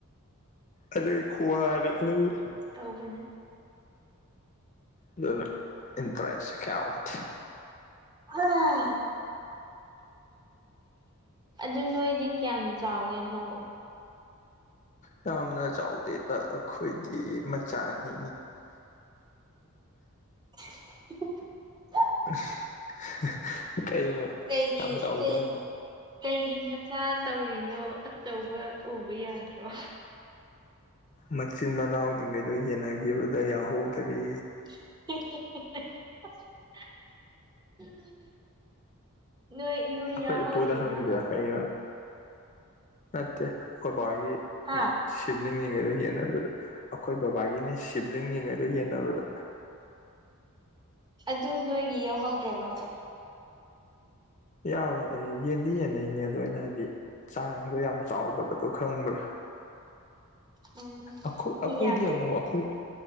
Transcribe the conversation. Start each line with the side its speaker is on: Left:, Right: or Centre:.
Left: ꯑꯗꯨꯏ ꯈꯨꯋꯥꯗꯤ ꯑꯗꯨꯒꯤ
Right: ꯇꯧꯕꯅꯦ
Left: ꯑꯗꯨꯅ ꯏꯟꯇ꯭ꯔꯦꯁ ꯀꯌꯥ ꯑꯣꯏꯗꯦ
Right: ꯍꯥ ꯑꯍꯝ ꯑꯗꯨ ꯅꯣꯏꯗꯤ ꯀꯌꯥꯝ ꯆꯥꯎꯒꯦ ꯂꯧ
Left: ꯌꯥꯝꯅ ꯆꯥꯎꯗꯦꯗ ꯑꯩꯈꯣꯏꯗꯤ ꯃꯆꯥꯅꯤ
Right: <unintelligible>
Left: <unintelligible> ꯀꯩꯅꯣ
Right: ꯀꯩꯒꯤ
Left: ꯌꯥꯝ ꯆꯥꯎꯗꯦ
Right: ꯀꯩꯒꯤ
Left: ꯍꯥꯏ
Right: ꯀꯩꯒꯤ ꯃꯆꯥ ꯇꯧꯔꯤꯅꯣꯕ ꯑꯆꯧꯕ ꯎꯕ ꯌꯥꯗ꯭ꯔꯣ
Left: ꯃꯆꯤꯟ ꯃꯅꯥꯎꯖꯤꯡꯒꯩꯗꯣ ꯌꯦꯟꯅꯒꯤꯕꯗ ꯌꯥꯎꯍꯧꯗ꯭ꯔꯦ
Right: <unintelligible> ꯅꯣꯏ ꯅꯣꯏ
Left: ꯑꯩꯈꯣꯏ
Right: ꯌꯥꯎꯍꯧꯗꯤꯅꯕ
Left: ꯏꯄꯨꯗ ꯍꯪꯁꯤꯔꯥ ꯀꯩꯅꯣ ꯅꯠꯇꯦ ꯑꯈꯣꯏ ꯕꯕꯥꯍꯣꯏꯒꯤ
Right: ꯍꯥ
Left: ꯁꯤꯕ꯭ꯂꯤꯡ ꯖꯤꯡꯉꯩꯗꯣ ꯌꯦꯟꯅꯕꯗ ꯑꯩꯈꯣꯏ ꯕꯕꯥꯒꯤꯅꯦ ꯁꯤꯕ꯭ꯂꯤꯡ ꯖꯤꯡꯉꯩꯗꯣ ꯌꯦꯟꯅꯕꯗ
Right: ꯑꯗꯨ ꯅꯣꯏꯒꯤ ꯌꯥꯎꯍꯧꯗ꯭ꯔꯕꯥꯕ
Left: ꯌꯥꯎꯋꯦ ꯑꯩ ꯌꯦꯟꯗꯤ ꯌꯦꯟꯅꯩꯅꯦ ꯑꯗꯣ ꯑꯩꯅ ꯍꯥꯏꯗꯤ ꯆꯥꯡꯗꯣ ꯌꯥꯝ ꯆꯥꯎꯗꯕꯗꯣ ꯈꯪꯕ꯭ꯔꯥ
Right: ꯎꯝ
Left: ꯑꯈꯣꯏ
Right: ꯃꯤ
Left: ꯑꯈꯣꯏꯗꯤ
Right: ꯌꯥꯝꯕꯩ
Left: ꯑꯃꯨꯛ
Right: ꯑꯣꯏꯔꯝꯅꯤꯅꯦ
Left: ꯑꯈꯣꯏ